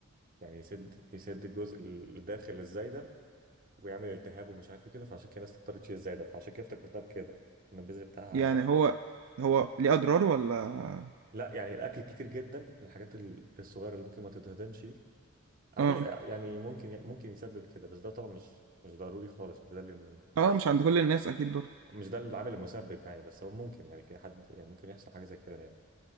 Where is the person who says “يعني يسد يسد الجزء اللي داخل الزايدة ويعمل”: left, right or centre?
Right